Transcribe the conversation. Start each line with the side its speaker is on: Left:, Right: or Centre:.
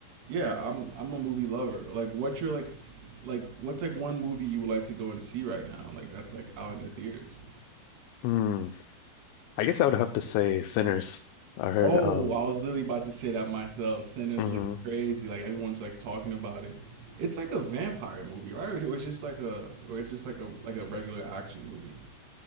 Right: Yeah, I'm I'm a movie lover. Like what's your like f like what's like one movie you would like to go and see right now? Like that's like out in the theaters.
Left: Hmm. I guess I would have to say Sinners. I heard
Right: Oh,
Left: um
Right: I was literally about to say that myself. Sinners
Left: mhm.
Right: looks crazy. Like everyone's like talking about it. It's like a vampire movie, right? Or it's just like a or it's just like a like a regular action movie.